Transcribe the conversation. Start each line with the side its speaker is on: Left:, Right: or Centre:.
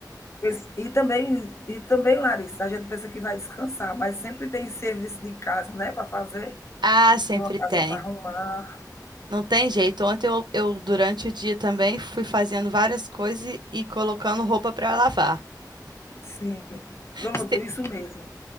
Left: Esse- E também, e também, Larissa, a gente pensa que vai descansar, mas sempre tem serviço de casa, né, para fazer.
Right: Ah, sempre
Left: Tem uma casa
Right: tem.
Left: para arrumar.
Right: Não tem jeito. Ontem eu, eu, durante o dia também, fui fazendo várias coisas e e colocando roupa para lavar.
Left: Sim, pronto,
Right: Este-
Left: isso mesmo.